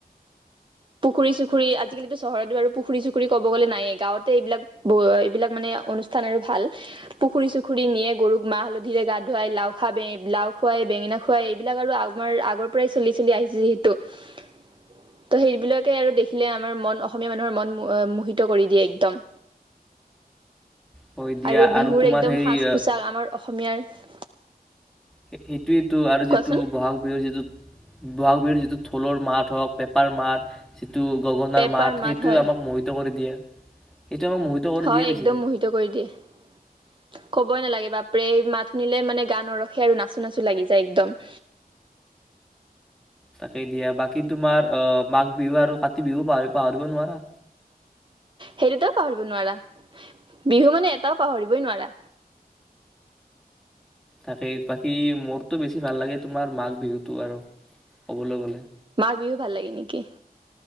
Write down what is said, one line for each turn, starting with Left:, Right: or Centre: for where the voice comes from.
Right: পুখুৰী-চুখুৰী, আজিকালিতো চহৰতো বাৰু পুখুৰী-চুখুৰী ক'ব গ'লে নায়েই। গাঁৱতে এইবিলাক-এইবিলাক মানে অনুষ্ঠান আৰু ভাল। পুখুৰী-চুখুৰী নিয়ে, গৰুক মাহ-হালধিৰে গা ধুৱায়। লাও খা, বে- লাও খুৱাই, বেঙেনা খুৱাই এইবিলাক আৰু আমাৰ আগৰ পৰাই চলি চলি আহিছে যিহেতু। ত' সেইবিলাকে আৰু দেখিলে আমাৰ মন অসমীয়া মানুহৰ মন মোহিত কৰি দিয়ে একদম।
Centre: হয় দিয়া
Right: আৰু বিহুৰ
Centre: তোমাৰ
Right: একদম
Centre: সেই
Right: সাজ-পোছাক
Centre: অ
Right: আমাৰ অসমীয়াৰ
Centre: সেইটোয়েইটো আৰু
Right: কোৱাচোন
Centre: যিটো বহাগ বিহুৰ যিটো বহাগ বিহুৰ যিটো ঢোলৰ মাত হওক, পেঁপাৰ মাত, যিটো টো গগনাৰ
Right: পেপাৰ
Centre: মাত সেইটোৱে
Right: হয়
Centre: আমাক মোহিত কৰি দিয়ে। সেইটো আমাক মোহিত কৰি
Right: হয়
Centre: দিয়ে
Right: একদম
Centre: পিছে
Right: মোহিত কৰি দিয়ে। ক'বই নালাগে বাপৰে, মাত শুনিলে মানে গা নৰখে আৰু, নাচো-নাচো লাগি যায় একদম।
Centre: তাকেই দিয়া, বাকী তোমাৰ আ মাঘ বিহু আৰু কাতি বিহু পাহৰি-পাহৰিব নোৱাৰা।
Right: সেইদুটাও পাহৰিব নোৱাৰা। বিহু মানে এটাও পাহৰিবই নোৱাৰা।
Centre: তাকেই বাকী মোৰতো বেছি ভাল লাগে তোমাৰ মাঘ বিহুটো আৰু, কবলৈ গ'লে।
Right: মাঘ বিহু ভাল লাগে নেকি?